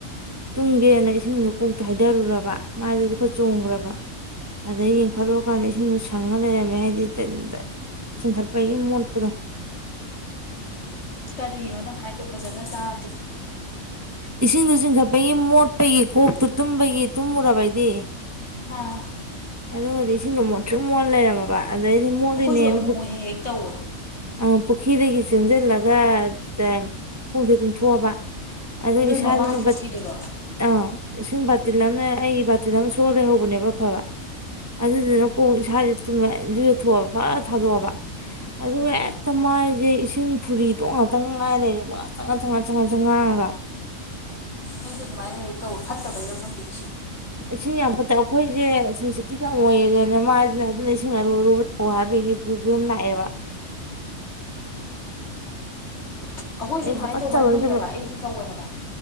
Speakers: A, on the right; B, on the left.
A: ꯇꯨꯝꯒꯦꯅ ꯏꯁꯤꯡꯗꯣ ꯀꯣꯛꯇ ꯍꯥꯏꯗꯔꯨꯔꯕ ꯃꯥꯏꯗꯁꯨ ꯈꯔ ꯆꯣꯡꯒ꯭ꯔꯕ ꯑꯗꯩ ꯌꯦꯡꯈꯠꯂꯨꯔ ꯀꯥꯟꯗ ꯑꯩ- ꯏꯁꯤꯡꯗꯣ ꯁꯪꯉ ꯂꯩꯔꯝꯃꯦ ꯍꯥꯏꯗꯤ ꯇꯤꯟ ꯗ ꯆꯤꯡꯈꯠꯄꯒꯤ ꯃꯣꯟꯇꯄꯗꯣ
B: ꯀꯔꯤꯅꯣ ꯅꯪ ꯍꯥꯏꯗꯣ ꯐꯖꯅ ꯇꯥꯗꯦ
A: ꯏꯁꯤꯡꯗꯣ ꯆꯤꯡꯈꯠꯄꯒꯤ ꯃꯣꯠ- ꯄꯒꯤ ꯀꯣꯛꯇꯨ ꯇꯨꯝꯕꯒꯤ ꯇꯨꯝꯃꯨꯔꯕ ꯑꯩꯗꯤ
B: ꯑꯥ
A: ꯑꯗꯨꯒꯗꯤ ꯏꯁꯤꯡꯗꯣ ꯃꯣꯠꯊ꯭ꯔꯤꯛ ꯃꯣꯠ ꯂꯩꯔꯝꯃ- ꯕ ꯑꯗꯩꯗꯤ ꯃꯣꯠꯂꯤꯅꯦꯅ
B: ꯑꯩꯈꯣꯏꯁꯨ ꯑꯃꯨꯛ ꯃꯨꯛ ꯍꯦꯛ ꯍꯦꯛ ꯇꯧꯋꯦ
A: ꯑꯥꯎ ꯄꯨꯈꯤꯗꯒꯤ ꯆꯦꯟꯖꯤꯜꯂꯒ ꯇꯥ ꯈꯣꯡꯁꯨ ꯑꯗꯨꯨꯝ ꯊꯣꯛꯑꯕ ꯑꯗꯨ
B: ꯅꯣꯏ
A: ꯏꯁꯥꯗꯨꯅ
B: ꯃꯃꯥꯡꯒꯤ
A: ꯕꯠ
B: ꯄꯨꯈ꯭ꯔꯤꯗꯨꯔꯣ
A: ꯑꯥ ꯏꯁꯤꯡ ꯕꯥꯇꯤꯜ ꯑꯃꯅ ꯑꯩꯒꯤ ꯕꯥꯇꯤꯜ ꯑꯃ ꯁꯣ- ꯁꯣꯛꯑ ꯂꯩꯍꯧꯕꯅꯦꯕ ꯑꯐꯕ ꯑꯗꯨꯗꯨꯅ ꯀꯣꯛ ꯏꯁꯥꯖꯤ ꯇꯨꯝꯃꯦ ꯏꯔꯨꯖꯊꯣꯛꯑꯕ ꯐꯠ ꯊꯥꯗꯣꯛꯑꯕ ꯑꯗꯨꯒ ꯍꯦꯛꯇ ꯃꯥꯏꯁꯦ ꯏꯁꯤꯡ ꯐꯨꯔꯤꯗꯣ ꯉꯥꯛꯇꯪ ꯉꯥꯏ ꯂꯩꯔꯦ ꯉꯁꯪ ꯉꯁꯪ ꯉꯥꯡꯉꯒ
B: ꯑꯩꯁꯨ ꯑꯗꯨꯃꯥꯏꯅ ꯇꯧ ꯐꯠꯇꯕꯩꯔꯣ ꯈꯪꯗꯦ ꯏꯁꯤꯡ
A: ꯢꯁꯤꯡ ꯌꯥꯝ ꯑ ꯑꯩꯈꯣꯏꯁꯦ ꯁꯤꯦꯟꯁꯤꯇꯤꯚ ꯌꯥꯝ ꯑꯣꯏꯌꯦꯗꯅ ꯃꯥꯁꯤꯅ ꯑꯗꯨꯅ ꯏꯁꯤꯡ ꯑꯔꯨ ꯑꯔꯨꯕ ꯇꯧ ꯍꯥꯏꯕꯒꯤ ꯐꯕꯤꯕꯝ ꯂꯥꯛꯑꯦꯕ
B: ꯑꯩꯈꯣꯏꯁꯨ
A: ꯑꯩ
B: ꯑꯗꯨꯃꯥꯏꯅ
A: ꯍꯥꯀꯠꯆꯕ
B: ꯇꯧꯕꯅ ꯈꯪꯗꯦꯕ
A: ꯑꯃꯁꯨ
B: ꯑꯩꯁꯨ ꯇꯧꯋꯦ ꯍꯥꯏꯕ